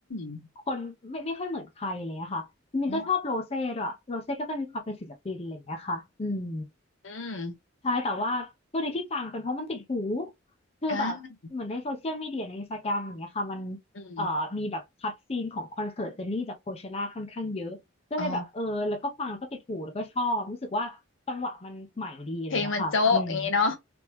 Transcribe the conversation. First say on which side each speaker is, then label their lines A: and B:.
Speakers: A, on the left; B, on the left.
A: ม
B: คนไม่ไม่ค่อยเหมือนใครเลยอะค่ะจริงๆก็ชอบโรเซ่ด้วยโรเซ่ก็จะมีความเป็นศิลปินอะไรอย่างเงี้ยค่ะอืม
A: อออืม
B: ใช่แต่ว่าตัวนี้ที่ฟังเป็นเพราะมันติดหูคือแบบเหมือนในโซเชียลมีเดียในอินสตาแกรมอย่างเงี้ยค่ะมัน
A: อ่าอืม
B: เอ่อมีแบบคัดซีนของคอนเสิร์ตเจนนี่จากโคเชล่าค่อนข้างเยอะก็เลยแบบเออแล้วก็ฟังแล้วก็ติดหูแล้วก็ชอบรู้สึกว่าจังหวะมันใหม่ดีอะไรเงี้ยค่ะอืม
A: อ๋อเพลงมันโจ๊ะอย่างงี้เนาะ